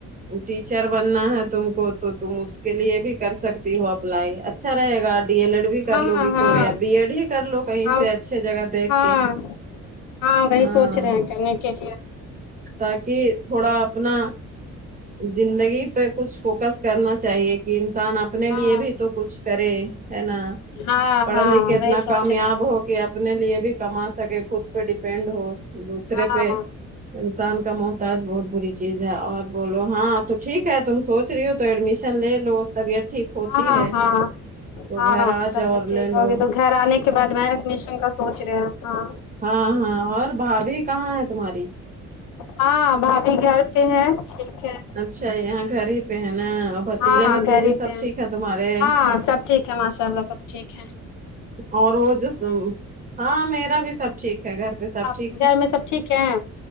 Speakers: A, on the right; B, on the left.
A: ٹیچر بننا ہے تم کو تو تم اس کے لیے بھی کر سکتی ہو اپلائی اچ اچھا رہے گا ڈی ایل ایڈ بھی کر
B: ہاں
A: لو
B: ہاں
A: گی تو یا بی ایڈ ہی کر لو کہیں
B: ہاں
A: سے اچھے جگہ دیکھ
B: ہاں
A: کے
B: ہاں وہی
A: ہاں
B: سوچ رہے ہیں کرنے کے لیے
A: تاکہ تھوڑا اپنا زندگی پہ کچھ فوکس کرنا چاہیے کہ انسان اپ اپنے
B: ہاں
A: لیے بھی تو کچھ کرے ہے نا
B: ہاں
A: پڑھ
B: ہاں
A: لکھ کے
B: وہی
A: اتنا
B: سوچ
A: کامیاب
B: رہے ہوں
A: ہو کہ اپنے لیے بھی کما سکے خود پہ ڈیپینڈ ہو دوسرے
B: ہاں
A: پہ انسان کا محتاج بہت بری چیز ہے اور بولو ہاں تو ٹھیک ہے تم سوچ رہی ہو تو ایڈمیشن لے لو طبیعت ٹھیک ہوتی
B: ہاں
A: ہے
B: ہاں
A: تو
B: ہاں
A: گھر آ
B: طبیعت
A: جاؤ اور
B: ٹھیک
A: لے لو
B: ہوگی تو گھر آنے کے بعد میں اڈ میشن کا سوچ رہے ہیں ہاں
A: ہاں ہاں اور بھابھی کہاں ہے تمہاری
B: ہاں بھابھی گھر پہ ہیں ٹھیک ہیں
A: اچھا یہاں گھر ہی پہ ہے نا اور بھتیجا
B: ہاں
A: بھتیجا
B: گھر ہی
A: سب
B: پہ
A: ٹھیک ہیں تمہارے
B: ہاں سب ٹھیک کیا ماشاء اللہ سب ٹھیک ہیں
A: اور وہ جو سو ہاں میرا بھی سب ٹھیک ہے گھر پہ سب
B: آپ
A: ٹھیک
B: گھر
A: ہے
B: میں سب ٹھیک ہیں